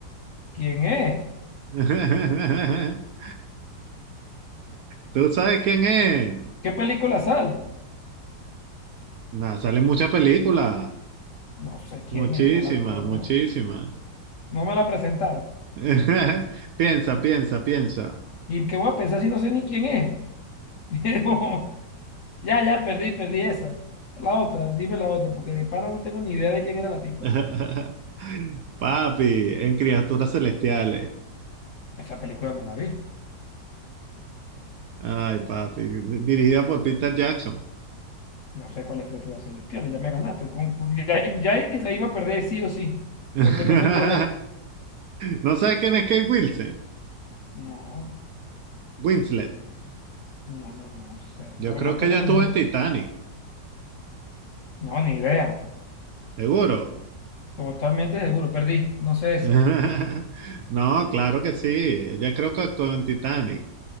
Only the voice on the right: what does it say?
<laughs> ¿Tú sabes quién es?
Nah, salen muchas películas.
Muchísimas,
muchísimas.
<laughs> Piensa, piensa, piensa.
<laughs> Papi, en Criaturas Celestiales.
Ay, papi. di- Dirigida por Peter Jackson.
<laughs>
¿No sabes quién es Kate Wilson?
Winslet.
Yo
creo
que ella
estuvo en Titanic,
seguro.
<laughs> No, claro que sí. Ella creo que actuó en Titanic.